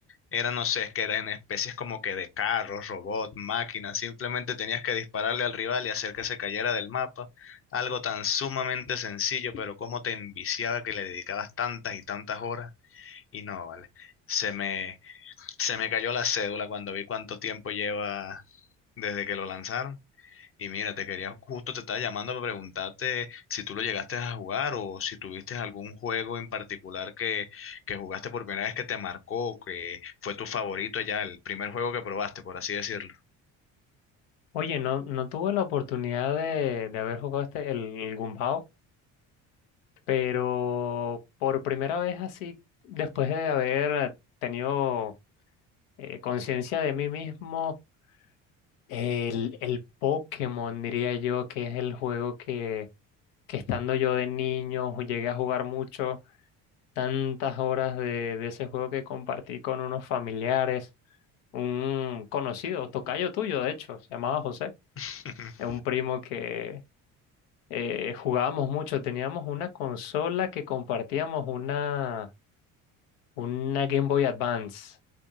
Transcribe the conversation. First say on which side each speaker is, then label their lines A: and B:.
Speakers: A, on the left; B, on the left.
A: era, no sé, es que eran especies como que de carros, robots, máquinas. Simplemente tenías que dispararle al rival y hacer que se cayera del mapa. Algo tan sumamente sencillo, pero cómo te enviciaba que le dedicabas tantas y tantas horas. Y no, vale. Se me, se me cayó la cédula cuando vi cuánto tiempo lleva desde que lo lanzaron. Y mira, te quería, justo te estaba llamando para preguntarte si tú lo llegaste a jugar o si tuviste algún juego en particular que, que jugaste por primera vez que te marcó, que fue tu favorito ya, el primer juego que probaste, por así decirlo.
B: Oye, no, no tuve la oportunidad de, de haber jugado este, el, el Gumbao, pero por primera vez así, después de haber tenido eh, conciencia de mí mismo, el, el Pokémon, diría yo, que es el juego que, que estando yo de niño llegué a jugar mucho, tantas horas de, de ese juego que compartí con unos familiares, un conocido, tocayo tuyo, de hecho, se llamaba José,
A: <laughs>
B: un primo que eh, jugábamos mucho, teníamos una consola que compartíamos una, una Game Boy Advance